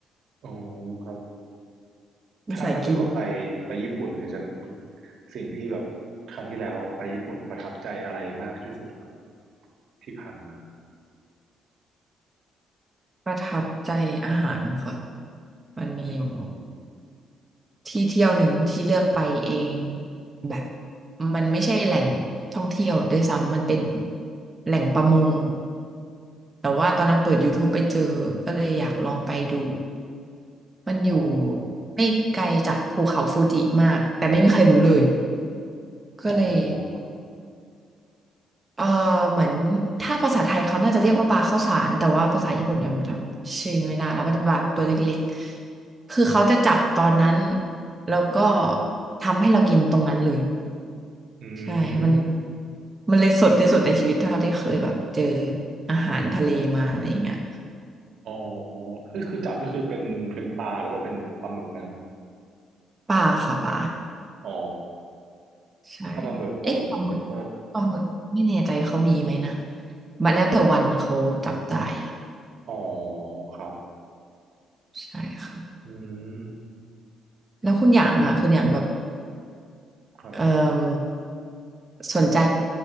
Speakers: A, on the right (about 70°); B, on the right (about 25°).
A: อ๋อครับถ้าถ้าเกิดว่าไปไปญี่ปุ่นเนี่ยจะ
B: ใส่กิน
A: สิ่งที่แบบครั้งที่แล้วไปญี่ปุ่นประทับใจอะไรมากที่สุดครับที่ผ่านมา
B: ประทับใจอาหารค่ะมันมีอยู่
A: อืม
B: ที่เที่ยวหนึ่งที่เลือกไปเองแบบมันไม่ใช่แหล่งท่องเที่ยวด้วยซ้ำมันเป็นแหล่งประมงแต่ว่าตอนนั้นเปิด YouTube ไปเจอก็เลยอยากลองไปดูมันอยู่
A: อ๋อครับ
B: ไม่ไกลจากภูเขาฟูจิมากแต่ไม่มีใครรู้เลย ก็เลย
A: อ๋อครับ
B: เออเหมือนถ้าภาษาไทยเขาน่าจะเรียกว่าปลาข้าวสารแต่ว่าภาษาญี่ปุ่นจำจำชื่อไม่ได้แล้วมันจะแบบตัวเล็กๆ คือเขาจะจับตอนนั้นแล้วก็ทำให้เรากินตรงนั้นเลย
A: อื
B: ใช่มัน
A: ม
B: มันเลยสดที่สุดในชีวิตเท่าที่เคยแบบเจออาหารทะเลมาอะไรอย่างเงี้ย
A: อ๋อ คือคือจับนี่คือเป็นเป็นปลาหรือว่าเป็นปลาหมึกนะ
B: ปลาค่ะปลา
A: อ๋อ
B: ใช่
A: ถ้าปลาหมึกผมคิดว่า
B: เอ๊ะปลาหมึกปลาหมึกไม่แน่ใจเขามีไหมนะมันแล้วแต่วันเขาจับได้อะ
A: อ๋อ ครับ
B: ใช่ค่ะ
A: อืม
B: แล้วคุณอย่างอ่ะคุณอย่างแบบ
A: ผมครับ
B: เอ่อสนใจ